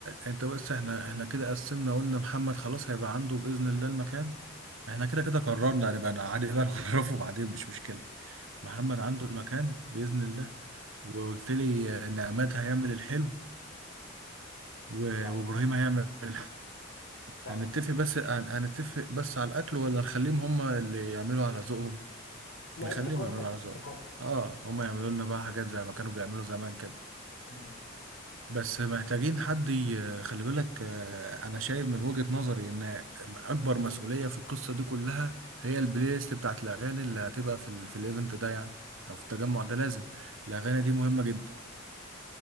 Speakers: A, on the right; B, on the left.
A: انت بس احنا احنا كده قسمنا قلنا محمد خلاص هيبقى عنده باذن الله المكان احنا كده كده قررنا هنبقى يعني عادي بقى نعرفه بعدين مش مشكلة محمد
B: مم.
A: عنده المكان بإذن الله وقلت لي إن عماد هيعمل الحلو و-
B: صح
A: وإبراهيم هيعمل الحلو
B: صح
A: هنتفق بس هن- هنتفق بس على الأكل ولا نخليهم هما اللي يعملوا على ذوقهم
B: لا
A: نخليهم
B: ابتكار
A: يعملوا
B: بقى
A: على ذوقهم
B: ابتكار
A: آه هما يعملوا لنا بقى حاجات زي ما كانوا بيعملوا زمان كده
B: مم.
A: بس محتاجين حد ي- خلي بالك آه، أنا شايف من وجهة نظري إن أكبر مسؤولية في القصة دي كلها هي البلاي ليست بتاعت الأغاني اللي هتبقى في ال في الإيفنت ده يعني أو في التجمع ده لازم الأغاني دي مهمة جدا